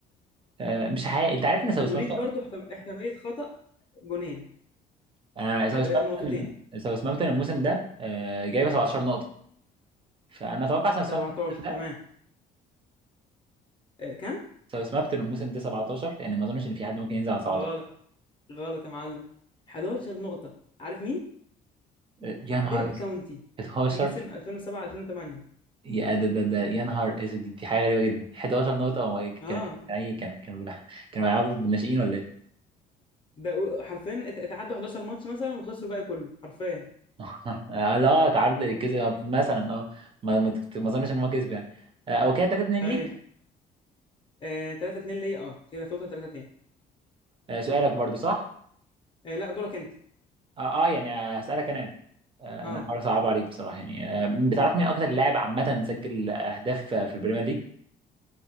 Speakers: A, on the right; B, on the left.
A: آه، مش حقيقي انت عارف ان ساوثهامبتون
B: وليك برضو احتم- احتماليه خطا جونين
A: آه،
B: ح-
A: ساوثهامبتون
B: آه، نقطتين
A: ساوثهامبتون الموسم ده آه، جايبه 17 نقطه فانا اتوقع ساوثهامبتون
B: 17
A: الموسم
B: تمام
A: ده
B: آه، كم
A: ساوثهامبتون الموسم ده 17 يعني ما اظنش ان في حد ممكن ينزل على 17
B: غلط غلط يا معلم 11 نقطة عارف مين؟
A: آه، يا نهار
B: ديربي
A: اسود
B: كاونتي
A: 11
B: في موسم 2007 2008
A: يا ده ده ده يا نهار اسود دي, دي حاجه غريبه جدا 11 نقطه هو إيه؟ كان
B: اه
A: كان كان إيه؟ كان- كانوا بيلع- كانوا بيلعبوا بالناشئين ولا إيه؟
B: ده حرفيا ات- اتعدوا 11 ماتش مثلا وخسروا الباقي كله حرفيا
A: <laughs> آه، لا تعادل كسب مثلا اه ما ما تكت- ما اظنش ان هو كسب يعني آه، هو كده 3 2
B: ايوه
A: ليك
B: آه 3 2 ليا اه كده توتال 3 2
A: آه، سؤالك برضو صح
B: آه لا دورك انت
A: اه, آه يعني آه، هسألك انا آه،
B: اه
A: انا هحاول اصعب عليك بصراحة يعني آه، بتعرف مين اكتر لاعب عامة سجل اهداف آه، في البريمير ليج